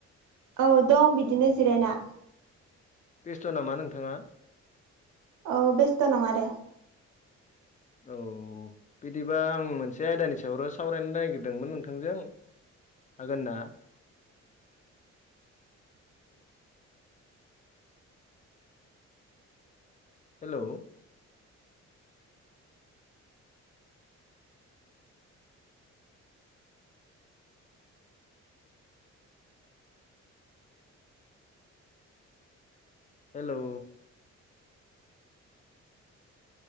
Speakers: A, on the right; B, on the left.
A: औ दं बिदिनो जिरायना।
B: बेस्ट' नामा नोंथाङा?
A: औ बेस्थ' नङा दे।
B: औ बिदिबा आं मोनसे आयदानि सायावर' सावरायनो नागिरदोंमोन नोंथांजों हागोन ना? हेलौ हेलौ